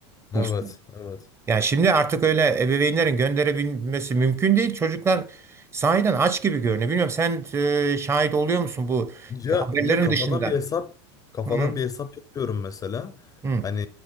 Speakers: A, on the right; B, on the left.
A: kursuna.
B: Evet, evet.
A: Yani şimdi artık öyle ebeveynlerin gönderebilmesi mümkün değil. Çocuklar sahiden aç gibi görünüyor. Bilmiyorum sen e, şahit oluyor musun bu
B: Ya
A: haberlerin
B: ya kafadan
A: dışında?
B: bir hesap kafadan
A: Hı hı
B: bir hesap yapıyorum mesela.
A: hı
B: Hani